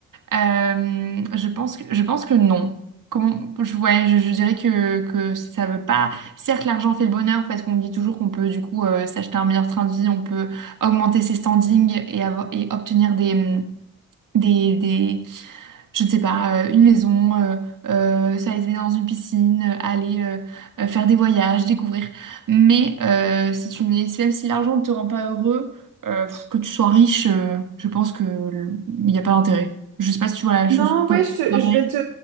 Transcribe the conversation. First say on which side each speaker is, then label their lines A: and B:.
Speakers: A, on the right; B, on the right.
A: euh, je pense que, je pense que non. Comment, je, ouais, je, je dirais que, que ça veut pas. Certes, l'argent fait le bonheur parce qu'on dit toujours qu'on peut du coup euh, s'acheter un meilleur train de vie, on peut augmenter ses standings et, avoir, et obtenir des, des, des, je ne sais pas, euh, une maison, euh, euh, s'aller se baigner dans une piscine, euh, aller euh, euh, faire des voyages, découvrir. Mais euh, si tu n'es, si- même si l'argent ne te rend pas heureux, euh, pff, que tu sois riche, euh, je pense que le- il n'y a pas d'intérêt. Je ne sais pas si tu vois la
B: Non,
A: chose pa-
B: ouais, je, te-
A: pareil.
B: je vais te,